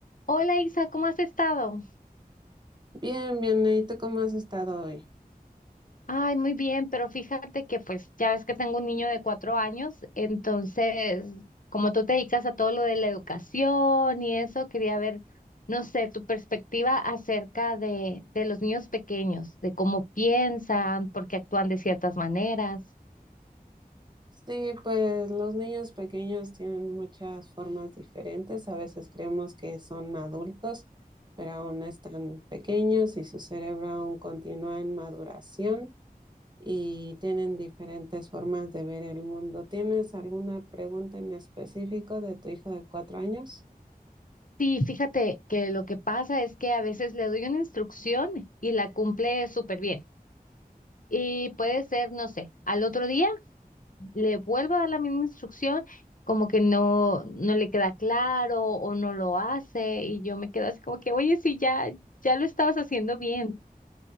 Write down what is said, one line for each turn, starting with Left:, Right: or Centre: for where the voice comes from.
Left: Hola Isa, ¿cómo has estado?
Right: Bien, bien, ¿y tú cómo has estado hoy?
Left: Ay, muy bien, pero fíjate que pues ya ves que tengo un niño de cuatro años, entonces como tú te dedicas a todo lo de la educación y eso, quería ver, no sé, tu perspectiva acerca de, de los niños pequeños, de cómo piensan, por qué actúan de ciertas maneras.
Right: Sí, pues los niños pequeños tienen muchas formas diferentes. A veces creemos que son adultos, pero aún están pequeños y su cerebro aún continúa en maduración y tienen diferentes formas de ver el mundo. ¿Tienes alguna pregunta en específico de tu hijo de cuatro años?
Left: Sí, fíjate que lo que pasa es que a veces le doy una instrucción y la cumple súper bien. Y puede ser, no sé, al otro día. le vuelvo a dar la misma instrucción, como que no, no le queda claro o no lo hace y yo me quedo así como que, oye, sí, ya, ya lo estabas haciendo bien.